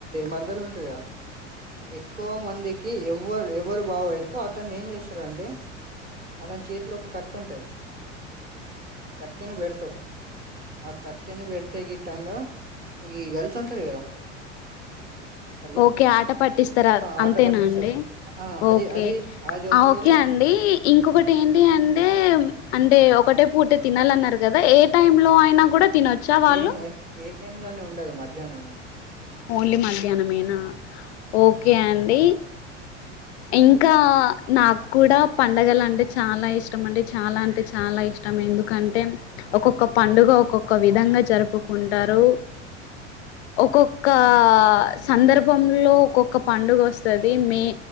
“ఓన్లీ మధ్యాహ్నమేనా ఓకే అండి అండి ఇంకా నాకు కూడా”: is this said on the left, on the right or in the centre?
Left